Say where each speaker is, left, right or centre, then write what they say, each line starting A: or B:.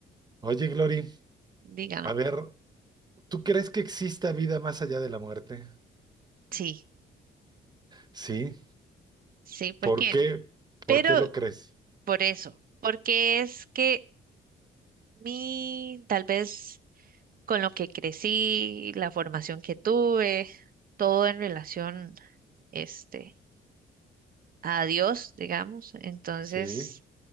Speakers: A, on the right; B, on the right.
A: Oye Glory,
B: Dígame.
A: a ver, ¿tú crees que exista vida más allá de la muerte?
B: Sí,
A: Sí.
B: sí, ¿por
A: ¿Por
B: qué?
A: qué?
B: Pero
A: ¿Por qué lo crees?
B: por eso, porque es que mi, tal vez con lo que crecí, la formación que tuve, todo en relación, este, a Dios, digamos. Entonces,
A: Sí.